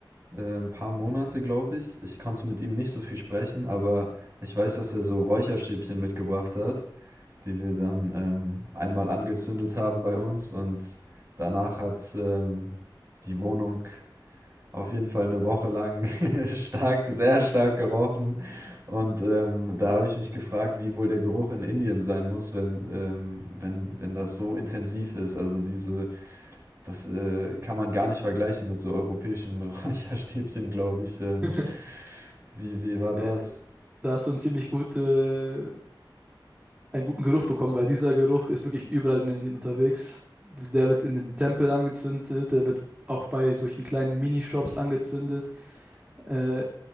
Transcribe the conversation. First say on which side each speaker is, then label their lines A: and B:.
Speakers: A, on the right; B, on the right.
A: äh, ein paar Monate, glaube ich. Ich konnte mit ihm nicht so viel sprechen, aber ich weiß, dass er so Räucherstäbchen mitgebracht hat, die wir dann ähm, einmal angezündet haben bei uns und danach hat ähm, die Wohnung auf jeden Fall eine Woche lang <laughs> stark sehr stark gerochen und, ähm, da habe ich mich gefragt, wie wohl der Geruch in Indien sein muss, wenn ähm, wenn wenn das so intensiv ist. Also, diese das, äh, kann man gar nicht vergleichen mit so europäischen <laughs> Räucherstäbchen, glaube ich. Ähm,
B: <laughs>
A: wie wie war das?
B: Äh, Da hast du eine ziemlich gute einen guten Geruch bekommen, weil dieser Geruch ist wirklich überall in Indien unterwegs. Der wird in den Tempeln angezündet, der wird auch bei solchen kleinen Minishops angezündet. Äh,